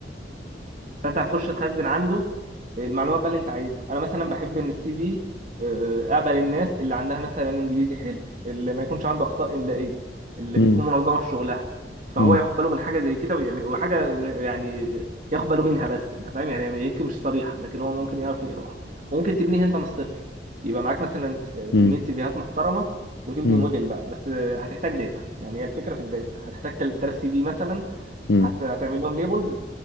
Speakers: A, on the right; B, on the left.
A: فانت هتخش تخزن عنده المعلومات بقى اللي انت عايزها انا مثلا بحب ان السي في آه، آه، اقبل الناس اللي عندها مثلا انجليزي حلو اللي ما يكونش عنده اخطاء املائيه اللي
B: امم
A: بتكون منظمه في شغلها فهو
B: امم
A: ياخد باله من حاجه زي كده ويعمل وحاجه م- يعني ياخد باله منها بس انت فاهم يعني يمكن مش صريحه لكن هو ممكن يعرف يقراها وممكن تبنيها انت من الصفر يبقى معاك مثلا آه، كميه
B: امم
A: سيفيهات محترمه وتبني
B: امم
A: موديل بقى بس آه، هتحتاج داتا يعني هي الفكره في الداتا هتحتاج 3000 سي في مثلا
B: امم
A: هت- هتعمل لهم ليبلز